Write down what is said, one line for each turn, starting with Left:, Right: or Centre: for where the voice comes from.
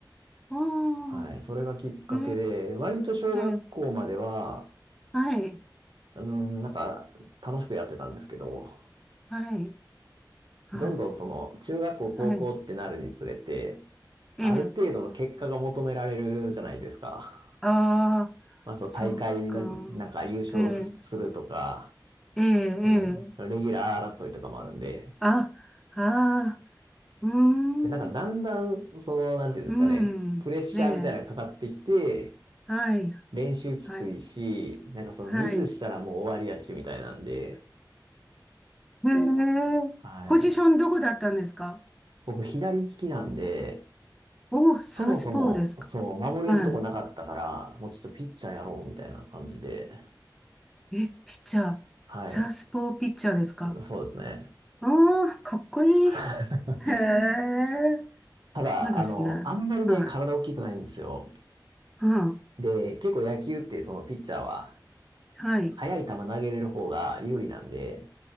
Centre: おー、
Right: はい、それがきっかけで、
Centre: え
Right: 割と小学校までは、
Centre: え、ええ、はい、
Right: うん、なんか、楽しくやってたんですけど、
Centre: はい、はい、
Right: どんどんその、中学校、高校ってなるにつれて、
Centre: はい、
Right: ある程度の結果が求められるじゃないですか。
Centre: ええ、ああ、
Right: まあ、そう、
Centre: そっか、
Right: 大会にななんか優勝するとか、
Centre: ええ、ええ、ええ、
Right: うん、レギュラー争いとかもあるんで、
Centre: あ、ああ、うーん、
Right: で、なんかだんだん、その、なんていうんですかね、
Centre: うん、
Right: プレッシャーみたいなのがかかってきて、
Centre: ねえ、はい、
Right: 練習きついし、
Centre: はい、
Right: なんかそのミスしたらもう終わりやし、
Centre: はい。
Right: みたいなんで、
Centre: ええ、
Right: はい。
Centre: ポジションどこだったんですか
Right: 僕、左利きなんで、
Centre: お、
Right: そもそも、
Centre: サウスポーですか。
Right: そう、守れるとこなかったから、
Centre: は
Right: もうちょっとピッチャーやろう、みたいな感じで、
Centre: い。え、ピッチャー。
Right: はい。
Centre: サウスポーピッチャーですか。
Right: そうですね。
Centre: ああ、かっこいい。へえ、
Right: <laughs> ただ、
Centre: すごいですね。
Right: あの、あんまりね、
Centre: はい。
Right: 体大きくないんですよ。
Centre: うん。
Right: で、結構野球ってそのピッチャーは、
Centre: はい。
Right: 速い球投げれる方が有利なんで、